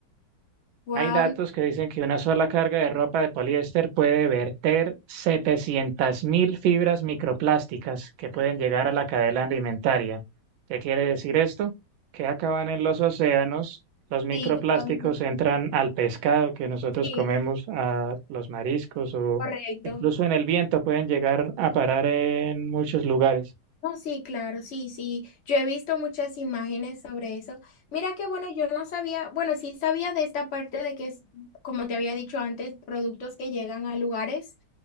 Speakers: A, on the left; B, on the right.
A: Wow,
B: Hay datos que dicen que una sola carga de ropa de poliéster puede verter 700.000 fibras microplásticas que pueden llegar a la cadena alimentaria. ¿Qué quiere decir esto? Que acaban en los océanos, los microplásticos
A: sí, contaminante.
B: entran al pescado que nosotros
A: Sí,
B: comemos, a los mariscos o
A: correcto.
B: incluso en el viento pueden llegar a parar en muchos lugares.
A: No, sí, claro, sí, sí. Yo he visto muchas imágenes sobre eso. Mira que bueno, yo no sabía, bueno, sí sabía de esta parte de que es, como te había dicho antes, productos que llegan a lugares